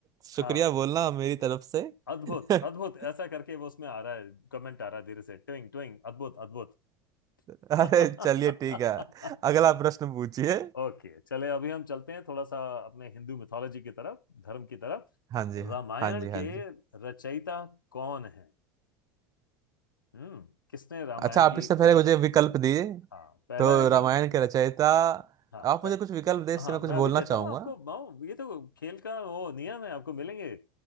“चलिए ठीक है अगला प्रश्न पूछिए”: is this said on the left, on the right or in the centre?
Right